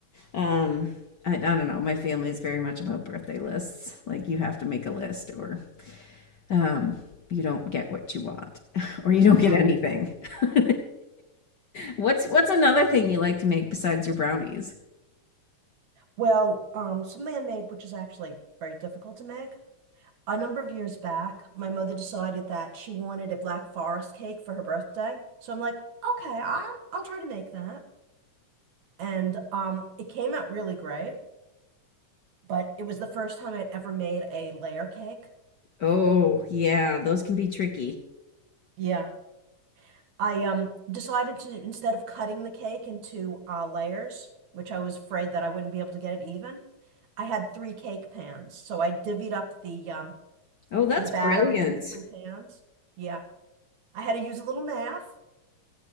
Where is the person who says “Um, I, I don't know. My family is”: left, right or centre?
Left